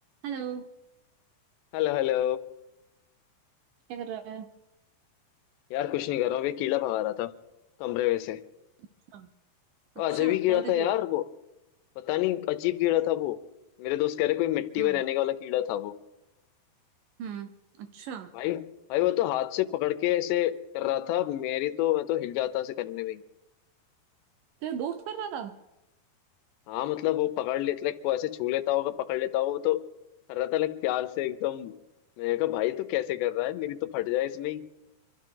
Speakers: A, on the right; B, on the left.
A: Hello
B: Hello hello
A: क्या कर रहा है
B: यार कुछ नहीं कर रहा हूँ अभी कीड़ा भगा रहा था कमरे में से
A: अच्छा
B: और
A: अच्छा,
B: अजब ही कीड़ा
A: कौन सा
B: था यार
A: कीड़ा
B: वो पता नहीं अजीब कीड़ा था वो मेरे दोस्त कह रहे कोई मिट्टी
A: हम्म
B: में रहने वाला कीड़ा था वो
A: हम्म अच्छा
B: भाई भाई वो तो हाथ से पकड़ के ऐसे कर रहा था मेरी तो मैं तो हिल जाता ऐसे करने में ही।
A: तेरा दोस्त कर रहा था
B: हाँ मतलब वो पकड़ लेता लाइक वो ऐसे छू लेता होगा पकड़ लेता होगा वो तो कर रहा था लाइक प्यार से एकदम मैंने कहा भाई तो कैसे कर रहा है मेरी तो फट जाए इसमें ही